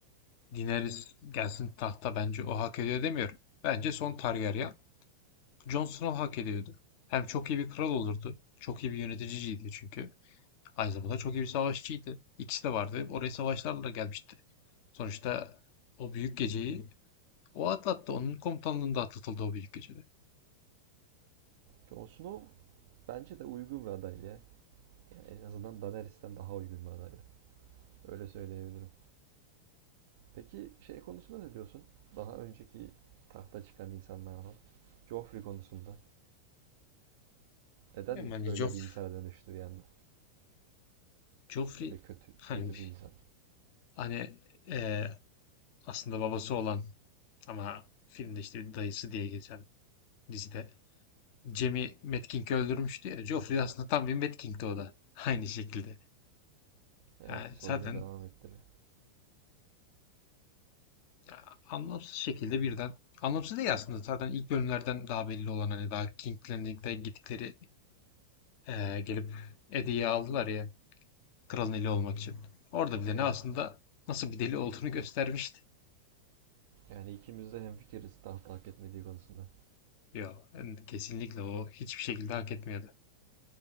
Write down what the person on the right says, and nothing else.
Jon Snow bence de uygun bir aday ya. Yani en azından Daenerys'ten daha uygun bir aday Öyle söyleyebilirim. Peki şey konusunda ne diyorsun? Daha önceki tahta çıkan insanlardan. Joffrey konusunda. Neden
öyle
bir insana dönüştü bir anda?
Böyle kötü
kötü bir insan.
Evet,
soyunu
devam ettiriyor.
Evet.
Yani ikimiz de hemfikiriz tahta hak etmediği konusunda.